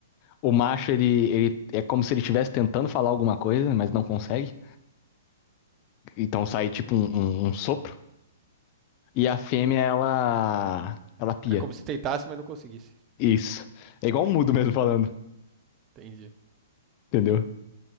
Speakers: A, on the left; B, on the right.
A: O macho, ele, ele é como se ele estivesse tentando falar alguma coisa, mas não consegue. Então sai tipo um, um- um sopro. E a fêmea, ela. Ela pia.
B: É como se tentasse, mas não conseguisse.
A: Isso. É igual um mudo mesmo falando,
B: Entendi,
A: entendeu?